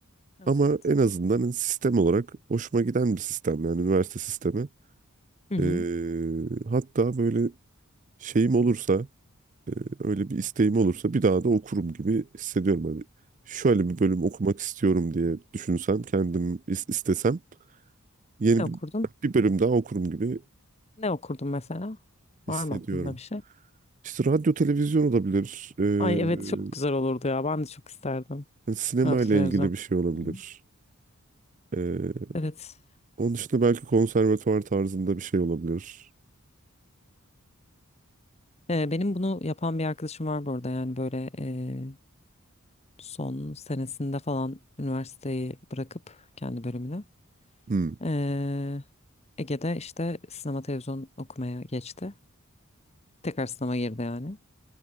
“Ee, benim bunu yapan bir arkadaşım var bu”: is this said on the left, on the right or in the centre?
Left